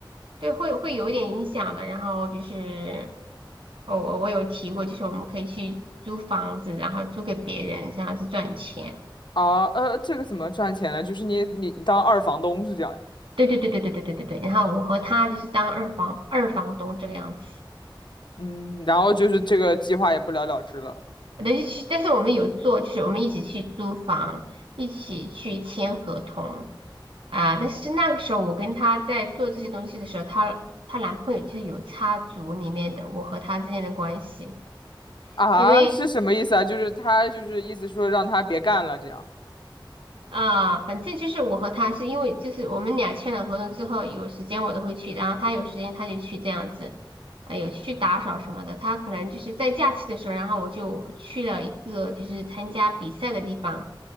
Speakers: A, on the right; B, on the left.
A: 对，会会有一点影响的。然后就是，哦，我我有提过，就是我们可以去租房子，然后租给别人，这样子赚钱。
B: 啊。呃，这个怎么赚钱呢？就是你你当二房东是这样，
A: 对对对对对对对对对。然后我和他就是当二房二房东这个样子。
B: 嗯，然后就是这个计划也不了了之了
A: 但是去，但是我们有做，就是我们一起去租房，一起去签合同啊。但是那个时候我跟他在做这些东西的时候，她她男朋友就是有插足里面的我和他之间的关系。
B: 啊，
A: 因为
B: 是什么意思啊？就是他就是意思说让他别干了这样，
A: 啊，反正就是我和他是因为就是我们俩签了合同之后，有时间我都会去，然后他有时间他就去这样子，哎，有去打扫什么的。他可能就是在假期的时候，然后我就去了一个就是参加比赛的地方，